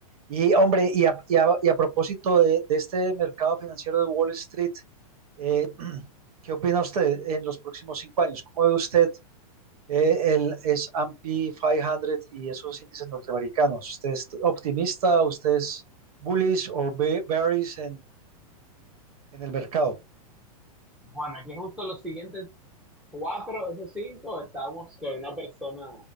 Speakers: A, on the right; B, in the centre.
A: Y hombre, y a, y a- y a propósito de, de este mercado financiero de Wall Street, eh, ¿Qué opina usted en los próximos cinco años? ¿Cómo ve usted eh, el S&P 500 y esos índices norteamericanos? ¿Usted es optimista? ¿Usted es bullish o be- bearish en, en el mercado?
B: Bueno, aquí justo los siguientes cuatro de esos cinco estamos con una persona